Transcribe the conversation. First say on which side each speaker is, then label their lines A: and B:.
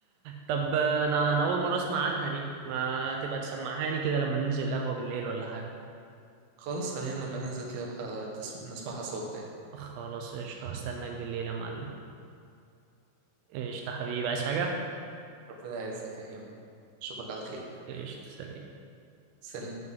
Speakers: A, on the right; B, on the right.
A: طب انا انا اول مره اسمع عنها دي ما تبقى تسمعهاني كده لما ننزل قهوه بالليل ولا حاجه
B: خلاص خلينا لما ننزل كده بقى تسم... نسمعها سوا تاني
A: خلاص قشطه استناك بالليل يا معلم قشطه حبيبي عايز حاجه
B: ربنا يعزك يا هيما اشوفك على خير
A: قشطه سلام
B: سلام